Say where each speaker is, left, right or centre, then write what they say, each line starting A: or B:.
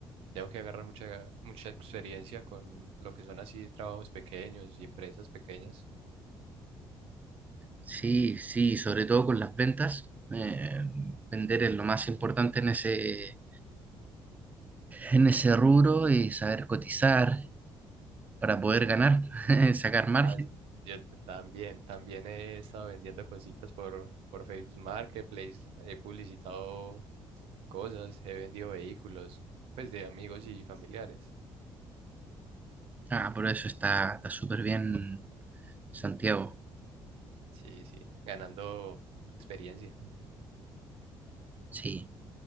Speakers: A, on the right; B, on the right.
A: tengo que agarrar mucha, mucha experiencia con lo que son así trabajos pequeños y empresas pequeñas.
B: Sí, sí, sobre todo con las ventas. eh, vender es lo más importante en ese, en ese rubro y saber cotizar para poder ganar, <laughs> sacar margen.
A: Ah, sí, yo t- también, también he estado vendiendo cositas por, por Facebook Marketplace, he publicitado cosas, he vendido vehículos, pues de amigos y familiares.
B: Ah, por eso está, está súper bien, Santiago.
A: Sí, sí, ganando experiencia.
B: Sí.